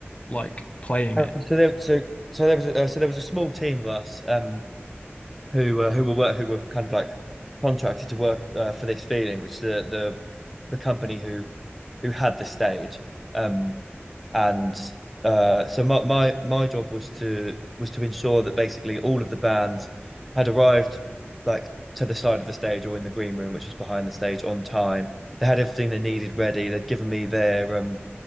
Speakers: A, on the left (about 30°); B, in the centre.
A: like playing
B: Um,
A: it?
B: so there so so there was a, uh, so there was a small team of us um who uh, who were work, who were kind of like contracted to work uh, for this feeling, which the the the company who who had the stage um And uh, so my, my my job was to was to ensure that basically all of the bands had arrived like to the side of the stage or in the green room, which was behind the stage, on time. They had everything they needed ready. They'd given me their um